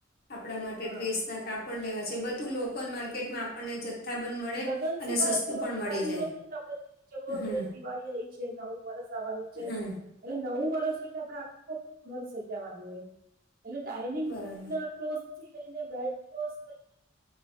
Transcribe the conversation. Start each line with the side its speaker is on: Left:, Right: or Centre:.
Left: આપડા માટે
Right: હા
Left: ડ્રેસના કાપડ લેવા છે બધું લોકલ માર્કેટમાં આપણને જ જથાબંધ મળે
Right: લગ્ન
Left: અને
Right: સિવાય
Left: સસ્તું
Right: ચલો
Left: પણ
Right: દિવાળી
Left: મળી જાય.
Right: હોય ને તો આપડે કઈ ચલો આપડે
Left: હમ
Right: દિવાળી આઈ છે નવું વર્ષ આવાનું છે.
Left: હમ
Right: એટલે નવું વર્ષ હોય એટલે આપડે આખો ઘર સજાવાનું હોય. એટલે ડાઈનિંગ
Left: બરાબર
Right: ના ક્લોઝ થી લઈને બેડ ક્લોઝ લઈ